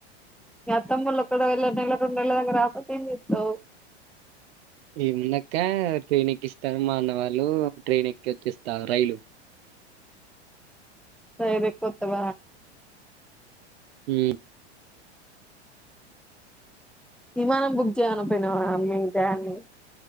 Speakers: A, in the centre; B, on the right (about 60°).
A: మీ అత్తమ్మోలు ఒకవేల నెలదాక రాకుంటే ఎంజేతావ్
B: ఏముందక్క ట్రైన్ ఎక్కిస్తాన్ మా అన్నవాళ్ళు ట్రైన్ ఎక్కి ఒచ్చేస్త రైలు
A: ట్రైన్ ఎక్కి వత్త వ
B: హూ
A: విమానం బుక్ చేయాన పోయినావా మీ డాన్ని